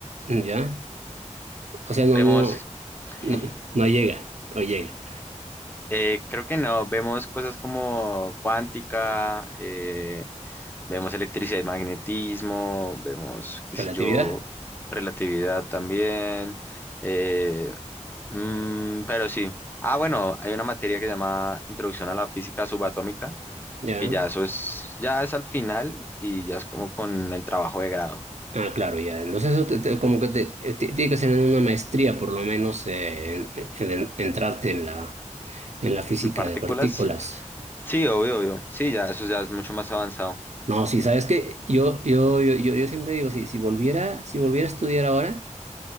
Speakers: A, on the right; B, on the left.
A: mm, ya, o sea, no,
B: vemos,
A: no,
B: <laughs>
A: no, no llega, no llega.
B: eh, creo que no, vemos cosas como cuántica, eh, vemos electricidad y magnetismo, vemos, qué sé
A: Relatividad,
B: yo, relatividad también. eh, Mm, pero sí. Ah, bueno, hay una materia que se llama Introducción a la Física Subatómica,
A: ya.
B: que ya eso es, ya es al final y ya es como con el trabajo de grado.
A: Ah, claro, ya. Entonces, eso te- te- como que te, te- tiene que ser en una maestría, por lo menos, eh, en- eh, en- entrarte en la, en la física
B: En partículas,
A: de partículas.
B: sí, obvio, obvio. Sí, ya eso ya es mucho más avanzado.
A: No, sí, sabes que yo, yo, yo, yo, yo siempre digo, si, si volviera, si volviera a estudiar ahora,